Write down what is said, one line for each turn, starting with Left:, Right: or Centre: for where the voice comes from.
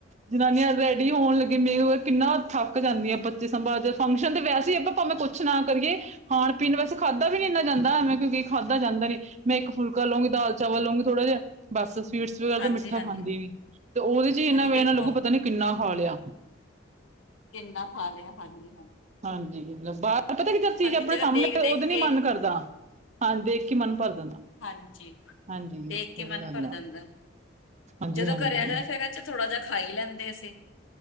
Right: ਜਨਾਨੀਆਂ ਰੈਡੀ ਹੋਣ ਲੱਗੀਆ ਮੇਕਆਪ, ਕਿੰਨਾ ਥੱਕ ਜਾਂਦੀਆਂ ਬੱਚੇ ਸੰਭਾਲਦੀਆ, ਫੰਕਸ਼ਨ ਤੇ ਵੈਸੇ ਹੀ ਆਪਾਂ ਭਾਵੇਂ ਕੁਛ ਕੁਛ ਨਾ ਕਰੀਏ, ਖਾਣ ਪੀਣ ਵੈਸੇ ਖਾਧਾ ਵੀ ਨੀ ਇਨਾ ਜਾਂਦਾ, ਐਵੇਂ ਕਿਉਂ ਕਹੀਏ ਖਾਧਾ ਜਾਂਦਾ ਨੀ, ਮੈਂ ਇੱਕ ਫੁਲਕਾ ਲਊਂਗੀ, ਦਾਲਨਚਾਵਲ ਲਊਂਗੀ ਥੋੜ੍ਹਾ ਜਿਹਾ ਬਸ, ਸਵੀਟਸ ਵਗੈਰਾ
Left: ਹਾਂਜੀ
Right: ਤਾਂ ਮਿੱਠਾ
Left: ਹਾਂਜੀ
Right: ਖਾਂਦੀ ਨੀ, ਤੇ ਉਹਦੇ ਚ ਹੀ ਇਹਨਾਂ
Left: ਹਾਂਜੀ ਦੇਖੋ
Right: ਲਗੂ ਪਤਾ ਨੀ ਕਿੰਨਾ ਖਾ ਲਿਆ।
Left: ਕਿੰਨਾ ਖਾ ਲਿਆ, ਹਾਂ, ਜੀ।
Right: ਹਾਂਜੀ ਬਾਹਰ ਪਤਾ ਕਿ, ਜਦ ਚੀਜ਼ ਆਪਣੇ
Left: ਚ ਤਾਂ
Right: ਸਾਮਣੇ
Left: ਦੇਖ ਦੇਖ
Right: ਉਦੋ ਨੀ
Left: ਕੇ
Right: ਮਨ ਕਰਦਾ। ਹਾਂ ਦੇਖ ਕੇ ਮਨ ਭਰ ਜਾਂਦਾ।
Left: ਹਾਂਜੀ,
Right: ਹਾਂਜੀ
Left: ਦੇਖ
Right: ਸਹੀ
Left: ਕੇ ਮਨ
Right: ਗੱਲ
Left: ਭਰ
Right: ਆ
Left: ਜਾਂਦਾ
Right: ਹਾਂਜੀ
Left: ਜਦੋਂ
Right: ਹਾਂਜੀ
Left: ਘਰੇ ਆ ਜਾਣਾ ਫਿਰ ਥੋੜਾ ਜਿਆ ਖਾਈ ਲੈਂਦੇ ਅਸੀਂ।